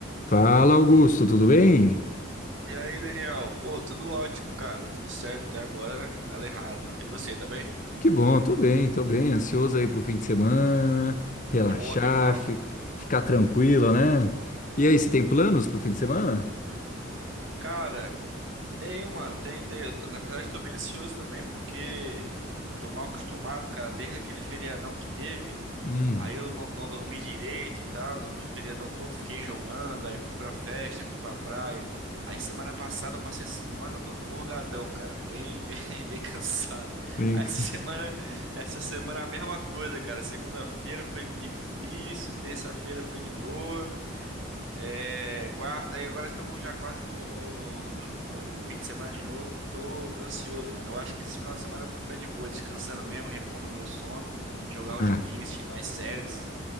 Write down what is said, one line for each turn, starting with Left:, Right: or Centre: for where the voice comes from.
Left: Fala, Augusto, tudo bem?
Right: E aí, Daniel? Pô, tudo ótimo, cara. Tudo certo até agora, né? Nada errado. E você, tá bem?
Left: Que bom, tô bem, tô bem. Ansioso aí pro fim de semana, relaxar,
Right: Pô, nem fala.
Left: fi- ficar tranquilo, né? E aí, você tem planos pro fim de semana?
Right: Cara, tenho, mano. Tenho, tenho. Eu tô- Na verdade, tô bem ansioso também porque Tô mal acostumado, cara, desde aquele feriadão que teve.
Left: Hum,
Right: Aí eu não, não dormi direito e tal, o feriadão todo fiquei jogando, aí fui pra festa, fui pra praia. Aí semana passada eu passei a semana todo morgadão, cara, bem, <laughs> bem, bem cansado.
Left: vem
Right: Aí
Left: cá.
Right: essa semana, essa semana a mesma coisa, cara. Segunda-feira foi difícil, terça-feira foi de boa. É, quarta, e agora estamos já quase no, no, no, no- no fim de semana de novo. Tô, tô ansioso, mano. Eu acho que esse final de semana eu vou ficar de boa, descansando mesmo, repondo meu sono, jogar um
Left: Ah,
Right: joguinho, assistir mais séries.